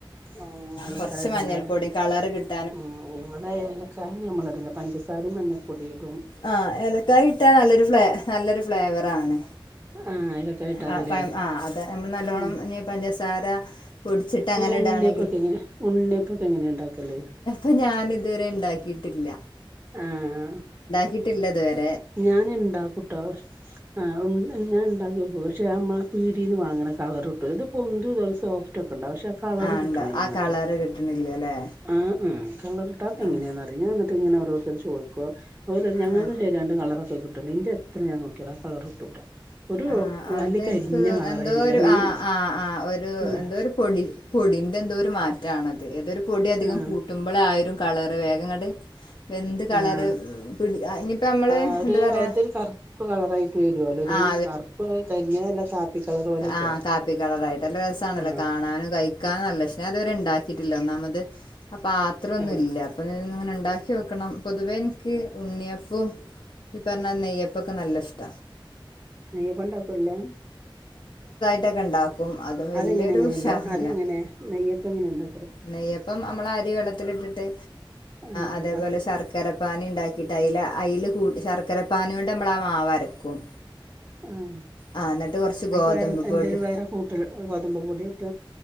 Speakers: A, on the right; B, on the left.
A: ആഹ് ഏലക്കായ
B: കൊറച്ച്
A: ഇടൂലേ
B: മഞ്ഞൾ പൊടീം കളറ് കിട്ട
A: ഉം വടെ ഏലക്കായ ഞമ്മള് ഇടൂല പഞ്ചസാരയും മഞ്ഞപ്പൊടീം
B: ആഹ് ഏലക്കായ ഇട്ടാ നല്ലൊരു ഫ്ലേ നല്ലൊരു ഫ്ലേവർ ആണ്
A: ആഹ് ഏലക്കായ ഇട്ടാലില്ലേ
B: ആഹ് പ്പഴം ആഹ് അതെ ഞമ്മള് നല്ലോണം
A: ഉം
B: ഞ്ഞി പഞ്ചസാര പൊടിച്ചിട്ട് അങ്ങനെ
A: ഉണ്ണിയപ്പൊക്കെങ്ങനെ
B: ഇടാണെങ്കിൽ
A: ഉണ്ണിയപ്പൊക്കെ എങ്ങനെയാ ഇണ്ടാക്കല്
B: ത് ഞാൻ ഇതുവരെ ഇണ്ടാക്കിയിട്ടില്ല
A: ആഹ്
B: ക്കീട്ടില്ല ഇത് വരെ
A: ഞാൻ ഇണ്ടാക്കുട്ടോ ആഹ് ഞാൻ ഉ ഇണ്ടാക്കിക്കും പക്ഷെ അമ്മള് ആ പീടിയീന്ന് വാങ്ങണ കളറ് കിട്ടൂല ഇത്പ്പോന്തും ത് ഒ സോഫ്റ്റ് ക്കെണ്ടാവും പക്ഷെ ആ കളറ്
B: ആഹ്
A: കിട്ടണേല്ലങ്ങട്ട്
B: ഉണ്ട് ആ കളറ് കിട്ടണില്ല അല്ലേ
A: അഹ് ആ ആ കള്റിട്ടാത്ത അതെങ്ങനാന്നറില്ല
B: ആഹ്
A: ഞാൻ ന്നി ട്ട് ഇങ്ങനെ ഓരോര്ത്തര് ചോയ്ക്ക ഓല്റയും ഞങ്ങക്ക്
B: ആഹ്
A: ശരിയാവ കളറവർക്കൊക്കെ കിട്ടണ്ട് എന്റെ എത്ര ഞാൻ നോക്ക്യാലും ആ കളറ് കിട്ടൂല ഒരു
B: ആഹ് അത്
A: അല്ലെ കരിഞ്ഞ
B: എനിക്ക് തോന്ന്
A: കളറായി
B: എന്തോ
A: വരും
B: ഒരു
A: അല്ലെങ്കി
B: ആഹ് ആഹ് ആഹ് ഒരു
A: ആഹ്
B: എന്തോ ഒരു പൊടി പൊടിൻ്റെ എന്തോ ഒരു മാറ്റണത് ഏതൊരു പൊടി അധികം
A: ആഹ്
B: കൂട്ടുമ്പോളായരും കളറ് വേഗങ്ങട് എന്ത് കളറ്
A: ആഹ്
B: പിടി ഞിപ്പ ഞമ്മള്
A: ആഹ് ഒരു
B: എന്താ പറയാ
A: അതൊരു കറുപ്പ് കളറായിട്ട് വരുവല്ലോ ഒരു
B: ആഹ്
A: കറുപ്പ് കരിഞ്ഞതല്ല കാപ്പി കളർ പോലെയൊക്കെ
B: ആ് കാപ്പി കളറ ആായിട്ട്ല്ല രസമാണല്ലോ
A: ആഹ്
B: കാണാനും കഴിക്കാനും നല്ലക്ഷനേ അത്വരെ ഉണ്ടാക്കിയിട്ടില്ല ഒന്നാമ. അപാത്രം അത്ര ഒന്നുംല്ല
A: ആഹ്
B: അപ്പൊങ്ങനെ ഉണ്ടാക്കി വെക്കണം പൊതുവേ എനിക്ക്... ഉണ്ണിയപ്പും ഈ പറഞ്ഞാൽ നെയ്യപ്പൊക്കെ നല്ല ഇഷ്ട.
A: ണ്ടാക്കൂ എല്ലാം
B: <unintelligible> വലിയൊരു
A: അതെങ്ങനെ എങ്ങനെണ്ട്
B: ഉഷാറില്ല
A: അതെങ്ങനെ നെയ്യപ്പ എങ്ങനെ ഉണ്ടാ
B: നെയ്യപ്പം നമ്മൾ അരി വെള്ളത്തിലിട്ടിട്ട്
A: ആഹ്
B: അതേപോലെ ശർക്കര പാന ഉണ്ടാക്കി... ലൈല അയിൽ ശർക്കരപ്പാനി കൊണ്ട് നമ്മളാ മാവരക്കും.....
A: ആഹ്
B: ആ എന്നിട്ട് കുറച്ച്
A: അയിക്ക്
B: ഗോതമ്പ്
A: വേറെ എന്തേലും
B: പൊടി
A: വേറെ കൂട്ട കൊതമ്പ കൂടി ഇട്ട..